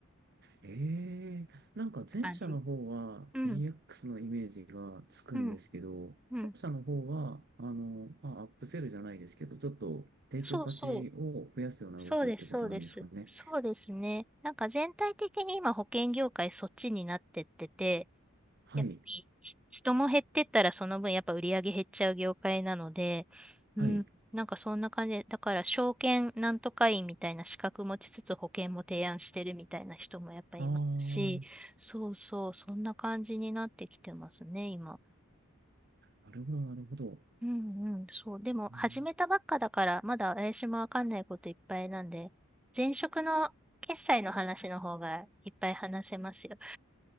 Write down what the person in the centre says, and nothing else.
感じ。うん、
うん、
うん。
そうそう。そうです、そうです。そうですね。なんか全体的に今保険業界そっちになってってて、
やっぱりひ人も減ってったらその分やっぱ売り上げ減っちゃう業界なので、うん、
なんかそんな感じで、だから証券なんとか員みたいな資格持ちつつ保険も提案してるみたいな人もやっぱりいますし、
そうそう、そんな感じになってきてますね、今。
うんうん、そう。でも、
始めたばっかだから、まだ私もわかんないこといっぱいなんで、前職の決済の話の方がいっぱい話せますよ。